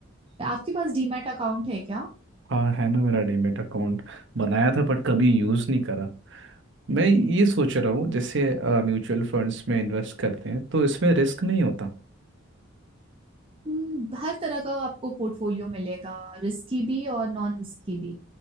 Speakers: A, on the right; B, on the right.
A: आपके पास डीमैट अकाउंट है क्या
B: हाँ है ना मेरा डीमेट अकाउंट बनाया था बट कभी यूज़ नहीं करा मैं ये सोच रहा हूँ जैसे म्यूचुअल फंड्स में इन्वेस्ट करते हैं तो इसमें रिस्क नहीं होता
A: हम्म, हर तरह का आपको पोर्टफोलियो मिलेगा रिस्की भी और नॉन रिस्की भी